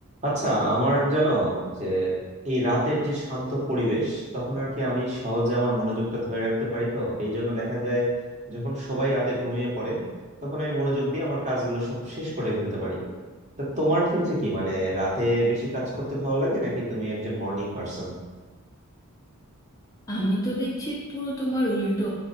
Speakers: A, on the right; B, on the left.
A: আচ্ছা আমার জানো যে এই রাতের যে শান্ত পরিবেশ তখন আর কি আমি সহজে আমার মনোযোগটা ধরে রাখতে পারি তো এই জন্য দেখা যায় যখন সবাই রাতে ঘুমিয়ে পড়ে তখন আমি মনোযোগ দিয়ে আমার কাজগুলো সব শেষ করে ফেলতে পারি তা তোমার ক্ষেত্রে কি মানে রাতে বেশি কাজ করতে ভালো লাগে নাকি তুমি একজন মর্নিং পার্সন
B: আমি তো দেখছি পুরো তোমার উল্টো